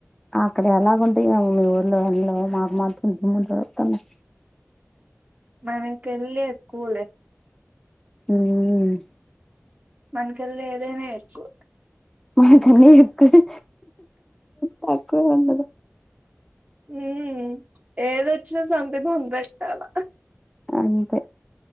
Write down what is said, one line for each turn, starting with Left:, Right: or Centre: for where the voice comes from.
Centre: అక్కడ ఎలాగుంటయమో మీ ఊర్లో ఎందులో మాకు మాత్రం దుమ్ములేగుతున్నాయి.
Right: మన కెళ్లే కూలే.
Centre: ఉమ్.
Right: మనకెళ్లే ఎదైనా ఎక్కు.
Centre: మాకన్నీ ఎక్కువే తక్కువ ఉండదు.
Right: ఉమ్ ఏదొచ్చినా సతకం బెట్టల.
Centre: అంతే.